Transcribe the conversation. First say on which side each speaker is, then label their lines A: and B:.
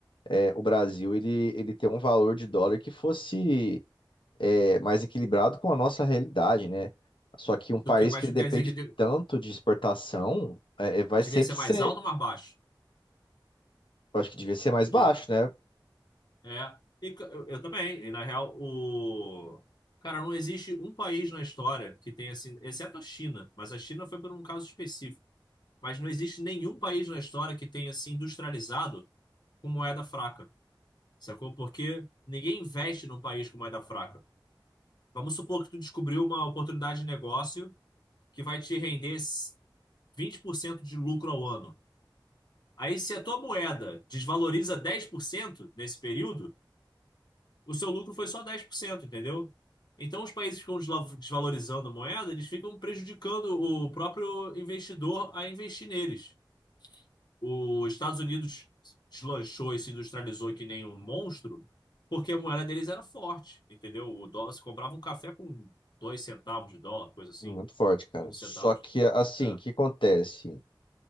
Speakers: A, on the left; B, on the left.
A: é, o Brasil ele, ele ter um valor de dólar que fosse é, mais equilibrado com a nossa realidade, né? Só que um país
B: Tu que- mas
A: que
B: tu
A: depende
B: quer dizer que de-
A: tanto de exportação, é, é, vai
B: devia
A: sempre
B: ser
A: ser,
B: mais alto ou mais baixo?
A: eu acho que devia ser mais
B: Tu
A: baixo,
B: devia-
A: né?
B: é. E c- eu, eu também. E na real, o. Cara, não existe um país na história que tenha assim, exceto a China, mas a China foi por um caso específico. Mas não existe nenhum país na história que tenha se industrializado com moeda fraca. Sacou? Porque ninguém investe num país com moeda fraca. Vamos supor que tu descobriu uma oportunidade de negócio que vai te render 20% de lucro ao ano. Aí, se a tua moeda desvaloriza 10% nesse período, o seu lucro foi só 10%, entendeu? Então, os países que ficam desla- desvalorizando a moeda, eles ficam prejudicando o próprio investidor a investir neles. Os Estados Unidos deslanchou e se industrializou que nem um monstro, porque a moeda deles era forte, entendeu? O dólar, se comprava um café com dois centavos de dólar, coisa assim.
A: Muito forte, cara.
B: Um
A: Só
B: centavo
A: que,
B: de.
A: assim,
B: É,
A: o que acontece?